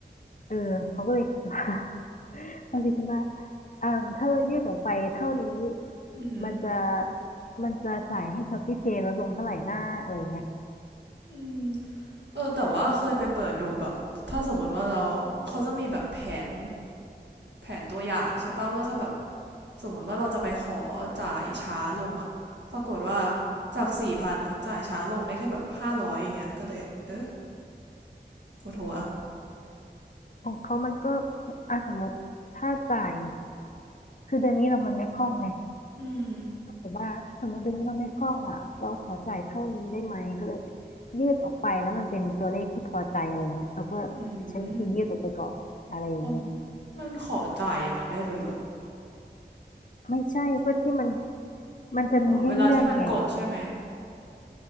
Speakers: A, on the left; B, on the right.
A: เออเขาก็เลยคิดว่า <laughs> เขาเลยคิดว่าอ่าถ้าเรายืดออกไปเท่านี้
B: อือหือ
A: มันจะมันจะจ่ายให้ช้อปปี้เพย์ลดลงเท่าไหร่หน้าอะไรเงี้ย
B: อืมเออแต่ว่าเคยไปเปิดดูแบบถ้าสมมติว่าเราเขาจะมีแบบแผนแผนตัวอย่างใช่ป่ะว่าถ้าแบบสมมติว่าเราจะไปขอจ่ายช้าลงอะปรากฏว่าจากสี่พันอะจ่ายช้าลงได้แค่แบบห้าร้อยอย่างเงี้ยก็เลยเออปวดหัว
A: ของเขามันก็อ่ะสมมติถ้าจ่ายคือเดือนนี้เรามันไม่คล่องไง
B: อืม
A: แต่ว่าสมมติเดือนนี้เราไม่คล่องอ่ะเราขอจ่ายเท่านี้ได้ไหมก็เลยยืดออกไปแล้วมันเป็นตัวเลขที่พอใจอะไรเงี้ยเราก็
B: อื
A: ใช้วิธียืดออกไปก่อนอะไรอย่างเงี้ย
B: มอมมันขอจ่ายอย่างนั้นได้เลยเหรอ
A: ไม่ใช่ก็ที่มันมันจะมีให้เลื่อนไง
B: อ๋อเวลาที่มันกดใช่ไหม